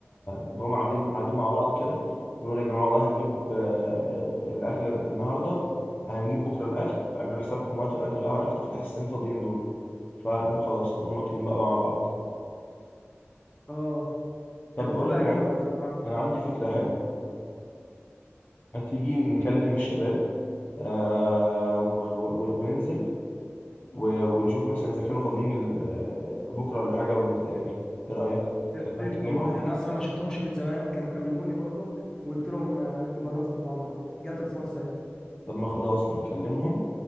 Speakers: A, on the left; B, on the left.
A: نقوم عاملين قاعدين مع بعض كده ونقول يا جماعه والله هنجيب آه، الاكل النهارده هنجيب بكره الاكل اعملوا حسابكم وهاتوا الاكل بقى وهناكل في الحصتين الفاضيين دول فنقوم خلاص نقوم واكلين بقى مع بعض
B: اه كانت
A: طب بقول
B: بتبقى
A: لك انا
B: جامدة
A: عندي
B: بصراحة
A: انا عندي فكره حلوه هتيجي نكلم الشباب آه و و و- وننزل و ونشوف مثلا إذا كانوا فاضيين ال- آه، بكرة ولا حاجة ونتقابل إيه رأيك؟
B: يا
A: تحب
B: ريت
A: نكلمهم؟
B: والله انا اصلا ما شفتهمش من زمان كانوا كلموني برضه وقلت لهم آه، نبقى نظبط مع بعض جات الفرصه اهي
A: طب ما خلاص نكلمهم